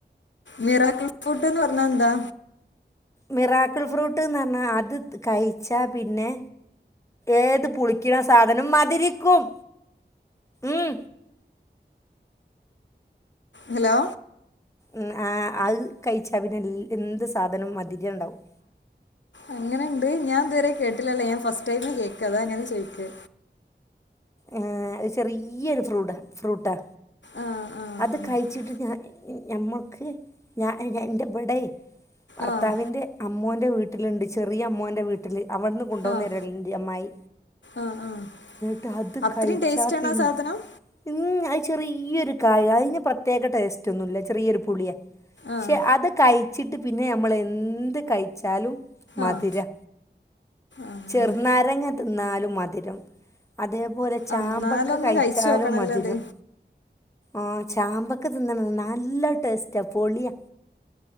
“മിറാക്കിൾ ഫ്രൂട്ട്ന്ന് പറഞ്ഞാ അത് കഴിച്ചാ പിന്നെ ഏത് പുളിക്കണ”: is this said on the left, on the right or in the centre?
Left